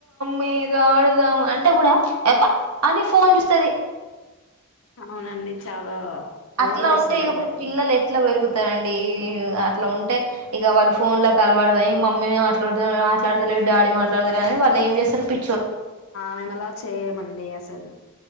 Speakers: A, on the right; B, on the left.
A: మీద అడుదాం అంటే కూడా ఎప్ప అని ఫోన్ చూస్తుది
B: అవునండి చాలా
A: అట్లా
B: ఓవర్ చేస్తానండి
A: ఉంటే ఇప్పుడు
B: అక్క.
A: పిల్లలు ఎట్లా పెరుగుతు ారండి అట్లా ఉంటే ఇక వాళ్ళు ఫోన్ లో అలవాడ అ మమ్మీట్ మాట్లాడత డాలీ మాట్లాడతారు కాని వాళ్ళ ఏం చేస్తారు పి
B: మ మళ చే మడి అసెలు